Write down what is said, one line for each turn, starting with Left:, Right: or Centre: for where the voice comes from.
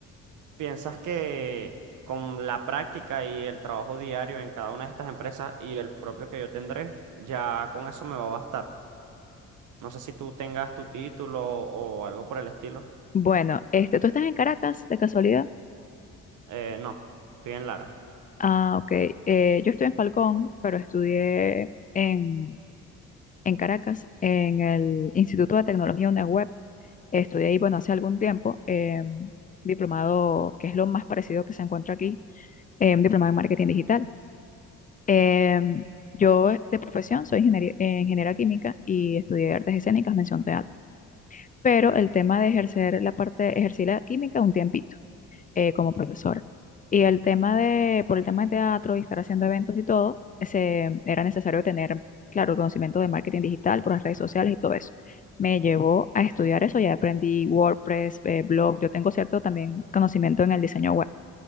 Right: piensas que con la práctica y el trabajo diario en cada una de estas empresas y el propio que yo tendré, ya con eso me va a bastar? No sé si tú tengas tu título o algo por el estilo.
Left: Bueno, este, ¿tú estás en Caracas, de casualidad?
Right: Eh, no, estoy en Lara.
Left: Ah, ok. Eh, yo estoy en Falcón, pero estudié en, en Caracas, en el Instituto de Tecnología UNEWeb. Estudié ahí, bueno, hace algún tiempo, eh, diplomado, que es lo más parecido que se encuentra aquí, eh, un diplomado en marketing digital. Eh, yo de profesión soy ingenier- eh, ingeniera química y estudié artes escénicas, mención teatro. Pero el tema de ejercer la parte, ejercí la química un tiempito eh, como profesora. Y el tema de, por el tema de teatro y estar haciendo eventos y todo, ese, era necesario tener, claro, el conocimiento de marketing digital por las redes sociales y todo eso. Me llevó a estudiar eso, ya aprendí WordPress, eh, blog, yo tengo cierto también conocimiento en el diseño web.